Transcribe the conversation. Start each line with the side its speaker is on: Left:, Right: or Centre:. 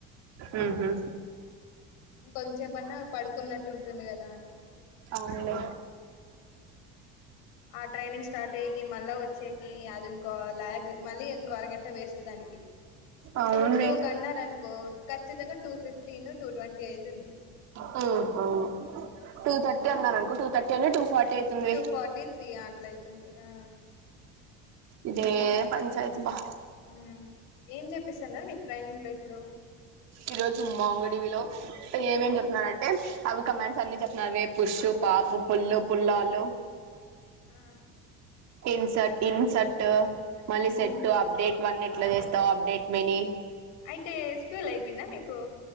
Right: ఊహూ
Left: కొంచే సేపన్నా పడుకున్నట్టు ఉంటుంది కదా అని
Right: అవును లే
Left: ఆ ట్రైనింగ్ స్టార్ట్ అయ్యికి మళ్ళా వచ్చే అది ఇంకో లాగ్ మళ్ళీ ఇంకో అరగంట వేస్ట్ దానికి
Right: అవునులే
Left: ఇప్పుడు టూ కి అన్నారనుకో ఖచ్చితంగా టూ ఫిఫ్టీన్ టూ ట్వంటీ అయితుంది
Right: హ్మ్ అవును టూ థర్టీ అ టూ థర్టీ ను టూ ఫార్టీ అయితుంది
Left: టూ ఫార్టీ త్రీ అట్ల అయితుంది ఆ
Right: ఇదే పంచాయతీ బా
Left: మ్ ఏం చెప్పిస్తాన్నారు మీకు ట్రైనింగ్ లో ఇప్పుడు
Right: ఈ రోజు మాంగుడివిలో ఏమేం
Left: మ్
Right: చెప్తున్నారంటే అవి కమెంట్స్ అన్ని చెప్ నవే పుష్షు పాపు పుల్లు పుల్లాలు
Left: ఆ
Right: ఇన్సట్ ఇన్సెట్ మళ్ళీ
Left: మ్
Right: సెట్
Left: హు
Right: అప్డేట్ ఇవన్నీ ఎట్లా చేస్త త అప్డేట్ మిని
Left: అయితే స్క్యూల్ అయిపోయిందా మీకు